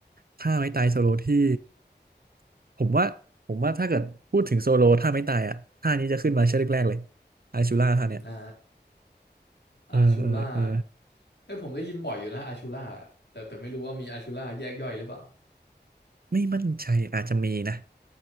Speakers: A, on the right; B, on the left.
A: ท่าไม้ตายโซโลที่ผมว่าผมว่าถ้าเกิดพูดถึงโซโลท่าไม้ตายอ่ะท่านี้จะขึ้นมาชื่อแรกๆเลยอาชูล่าท่าเนี่ย
B: อ่า อาชูล่า
A: เออเออเออ
B: เอ้ยผมได้ยินบ่อยอยู่นะอาชูล่าแต่แต่ไม่รู้ว่ามีอาชูล่าแยกย่อยหรือเปล่า
A: ไม่มั่นใจอาจจะมีนะ